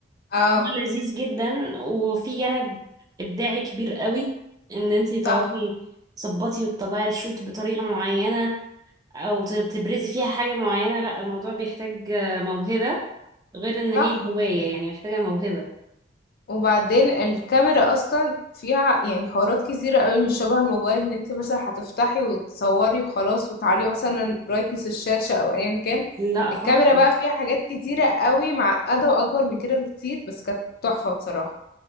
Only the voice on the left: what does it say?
اه
صح
صح
وبعدين الكاميرا اصلا فيها يعني حوارات كتيرة قوي مش شبه الموبايل اللي انت مثلا هتفتحي وتصوري وخلاص وتعلي مثلا برايتنس الشاشة او ايا كان
الكاميرا بقى فيها حاجات كتيرة قوي معقدة واكبر من كده بكتير بس كانت تحفة بصراحة